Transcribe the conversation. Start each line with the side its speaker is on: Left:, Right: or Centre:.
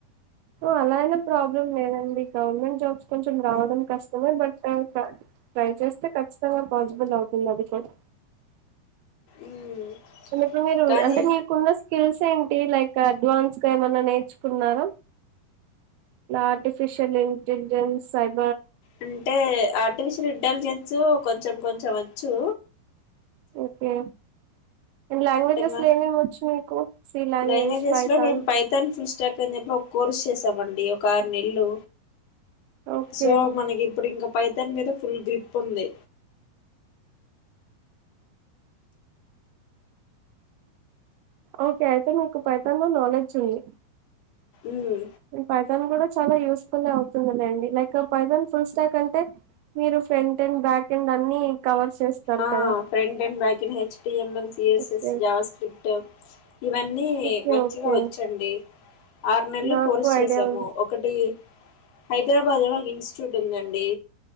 Right: అలా అయిన ప్రాబ్లం లేదండి గవర్నమెంట్ జాబ్స్ కొంచెం రావడం కష్టమే బట్ ట్రై చేస్తే ఖచ్చితంగా పాసిబుల్ అవుతుంది అది కూడా
Left: ఉమ్
Right: ఇప్పుడు మీరు
Left: కానీ
Right: అంటే మీకున్న స్కిల్స్ ఏం టి లైక్ అడ్వాన్స్ గా ఏమన్నా నేర్చుకున్నార ఆర్టిఫిషియల్ ఇంటెలిజెన్స్ అయ్
Left: అంటే ఆర్టిఫిషియల్ ఇంటెలిజెన్సు కొంచెం కొంచెం వచ్చు
Right: ఓకే అండ్ లాంగ్వేజెస్లో
Left: అంటే మా
Right: ఏమి ఏమి వచ్చు మీకు సి లాంగ్వేజ్
Left: లాంగ్వేజెస్
Right: పైతాన్
Left: లో మేము పైథాన్ ఫుల్ స్టాక్ అని చెప్పి ఒక కోర్స్ చేసామండి ఒక ఆరు నెల్లు
Right: ఓకే
Left: సో మనకి ఇప్పుడు ఇంగ పైతాన్ మీద ఫుల్ గ్రిప్ ఉంది
Right: ఓకే అయితే మీకు పైతాన్లో నాలెడ్జ్ ఉంది
Left: ఉమ్
Right: ఈ పైతాన్ కూడా చాలా యూస్ ఫులే అవుతుంది లేండి లైక్ పైతాన్ ఫుల్ స్టాక్ అంటే మీరు ఫ్రెంట్ అండ్ బ్యాక్ ఎండ్ అన్ని కవర్ చేస్తారు
Left: ఆ
Right: కదా
Left: ఫ్రంట్ అండ్ బ్యాక్ని H T ML CSS
Right: okay
Left: JavaScript ఇవన్నీ
Right: ఓకే
Left: మంచిగా
Right: ఓకే
Left: వచ్చండి ఆరు నెల్లు
Right: నాకు
Left: కోర్సు చేసాము
Right: ఐడియా ఉంది
Left: ఒకటి హైదరాబాద్లో ఒక ఇన్స్టిట్యూట్ ఉందండి